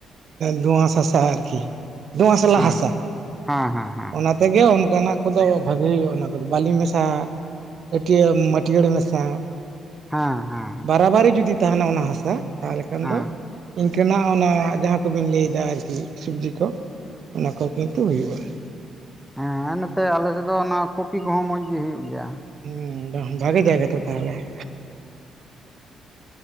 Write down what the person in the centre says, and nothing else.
ᱦᱮᱸ
ᱦᱮᱸ ᱦᱮᱸ ᱦᱮᱸ
ᱦᱮᱸ ᱦᱮᱸ ᱾
ᱦᱮᱸ ᱦᱮᱸ
ᱦᱮ ᱱᱚᱛᱮ ᱟᱞᱮᱥᱮᱫ ᱫᱚ ᱚᱱᱟ ᱠᱚᱯᱤ ᱠᱚᱦᱚ ᱢᱚᱡᱽ ᱜᱮ ᱦᱩᱭᱩᱜᱼ ᱜᱮᱭᱟ ᱾
<unintelligible>